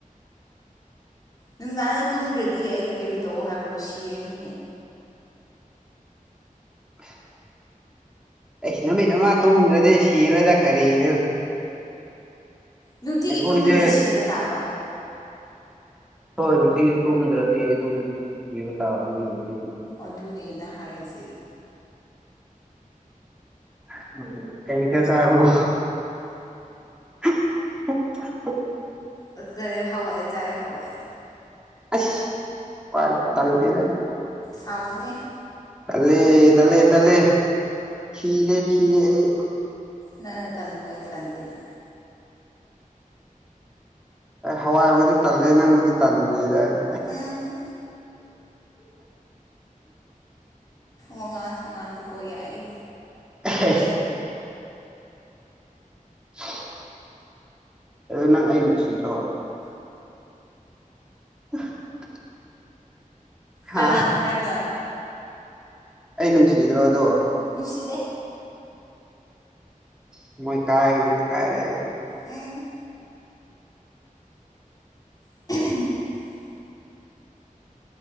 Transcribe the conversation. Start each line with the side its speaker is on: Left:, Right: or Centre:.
Left: ꯅꯨꯡꯗꯥꯡꯅ ꯇꯨꯝꯗ꯭ꯔꯗꯤ ꯑꯩ ꯀꯔꯤ ꯇꯧ ꯍꯥꯏꯕ꯭ꯔꯣ ꯁꯤꯔꯅꯤꯅꯦ
Centre: ꯑꯁ ꯑꯩꯁ ꯅꯨꯃꯤꯠ ꯑꯃ ꯇꯨꯝꯗ꯭ꯔꯗꯤ ꯁꯤꯔꯣꯏꯗ ꯀꯔꯤꯅꯣ
Left: ꯅꯨꯡꯇꯤꯒꯤ
Centre: ꯑꯩꯈꯣꯏꯁꯦ
Left: ꯇꯨꯝꯗꯗꯤ ꯁꯤꯕ ꯇꯥꯕ
Centre: ꯍꯣꯏ ꯅꯨꯡꯇꯤꯗ ꯇꯨꯝꯗ꯭ꯔꯗꯤ ꯑꯗꯨꯝ ꯁꯤꯕ ꯇꯥꯕꯅꯤ ꯍꯦ
Left: ꯑꯗꯨꯅꯦ ꯑꯩꯅ ꯍꯥꯏꯔꯤꯁꯦ
Centre: <unintelligible> ꯀꯩ ꯃꯊꯦꯜ ꯆꯥꯔꯃꯣ <unintelligible>
Left: <unintelligible> ꯍꯋꯥꯏ ꯆꯥꯥꯏ ꯍꯋꯥꯏ
Centre: ꯑꯁ ꯋꯥꯏ ꯇꯜꯂꯤꯗ
Left: ꯍꯥꯎꯕꯅꯦ
Centre: ꯇꯜꯂꯦ ꯇꯜꯂꯦ ꯇꯜꯂꯦ ꯈꯤꯔꯦ ꯈꯤꯔꯦ ꯑꯩ
Left: ꯅꯪ ꯇꯥꯟꯕꯕꯨ ꯑꯩ ꯇꯗꯦꯗ
Centre: ꯑꯩ ꯍꯋꯥꯏꯕꯨꯗꯤ ꯇꯜꯂꯦ ꯅꯪꯕꯨꯗꯤ ꯇꯟꯗꯦꯗ ꯑꯩ
Left: ꯎꯝ ꯋꯥꯉꯥꯡ ꯁꯉꯥꯡꯗꯤꯀꯣ ꯌꯥꯏ
Centre: ꯑꯦ <inaudible> ꯑꯗꯨ ꯅꯪ ꯑꯩ ꯅꯨꯡꯁꯤꯗ꯭ꯔꯣ <unintelligible> ꯍꯥ
Left: ꯀꯅꯥꯅ ꯍꯥꯏꯕ
Centre: ꯑꯩ ꯅꯨꯡꯁꯤꯗ꯭ꯔꯣ ꯑꯗꯣ
Left: ꯅꯨꯡꯁꯤꯗꯦ
Centre: ꯊꯃꯣꯏ ꯀꯥꯏꯒꯅꯤ ꯀꯥꯏꯔ
Left: ꯎꯝ <inaudible>